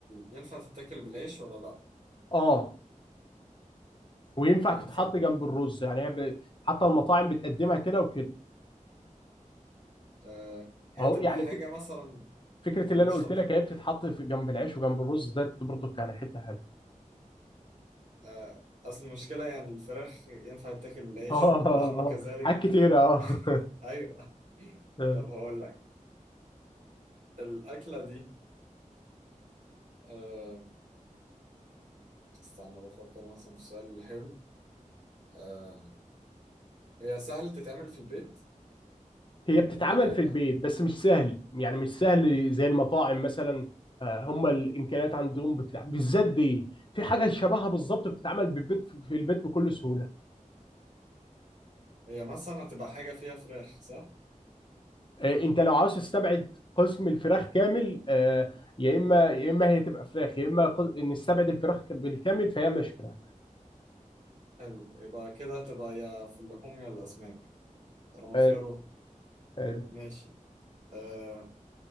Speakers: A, on the right; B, on the left.
A: ينفع تتاكل بالعيش ولا لأ؟
B: اه وينفع
A: ينفع
B: تتحط جنب الرز يعني هي ب- حتى المطاعم بتقدمها كده وكده
A: آه هي
B: اهو
A: تبقى
B: يعني
A: حاجة
B: في-
A: مثلا
B: فكرة
A: من
B: اللي أنا
A: مشتق
B: قلت لك هي بتتحط في جنب العيش وجنب الرز ده برضه كان حتة حلوة
A: آه أصل المشكلة يعني الفراخ ينفع تتاكل بالعيش
B: اه
A: واللحمة
B: اه آه،
A: كذلك
B: آه. حاجات كتيرة اه
A: <laughs>
B: <laughs>
A: أيوه
B: آه.
A: طب هقول لك الأكلة دي آه استنى بفكر مثلا في السؤال الحلو آه هي سهل تتعمل في البيت
B: هي بتتعمل
A: ولا ما
B: في
A: لها؟
B: البيت بس مش سهل يعني مش سهل زي المطاعم مثلا آه، هم الامكانيات عندهم بتلعب بالذات دي في حاجة شبهها بالظبط بتتعمل بالبيت في البيت بكل سهولة
A: هي مثلا هتبقى حاجة فيها فراخ صح؟
B: آه، انت لو عاوز تستبعد قسم الفراخ كامل آه، يا اما يا اما هي تبقى فراخ يا اما قس- نستبعد الفراخ بالكامل فهي مش فراخ
A: حلو يبقى كده تبقى يا في اللحوم يا الأسماك طالما
B: حلو
A: فيها روح
B: حلو.
A: ماشي آه